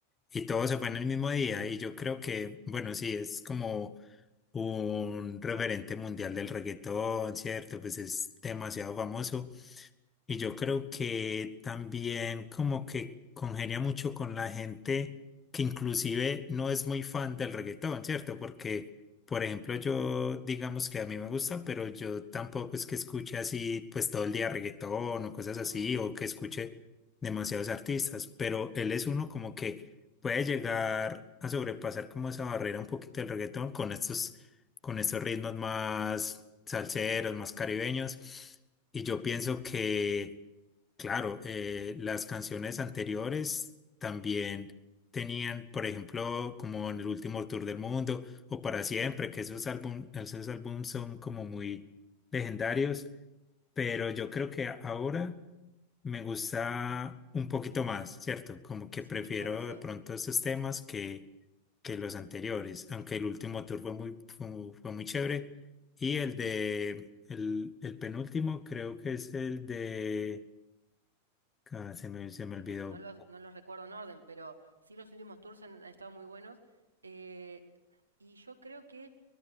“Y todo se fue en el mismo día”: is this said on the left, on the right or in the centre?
Left